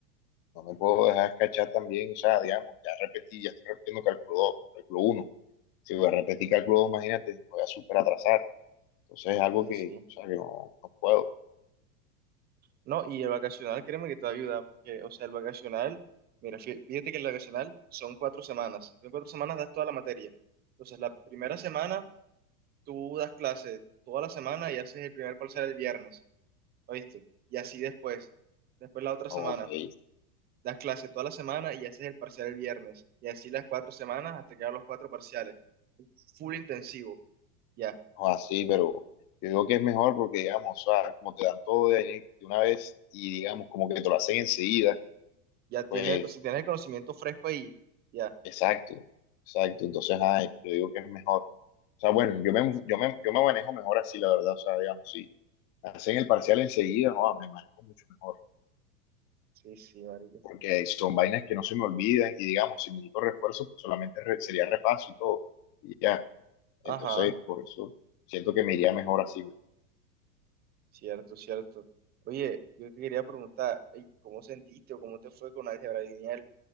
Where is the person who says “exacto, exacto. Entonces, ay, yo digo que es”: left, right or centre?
Left